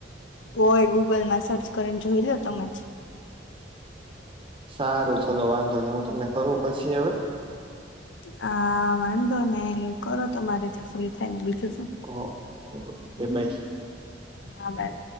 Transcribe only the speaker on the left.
હોય ગુગલમાં સર્ચ કરીને જોઈ લો તમે જ.
હા વાંધો ને કરો તો મારે જ ફ્રી થાય ને બીજું શું
હા બર.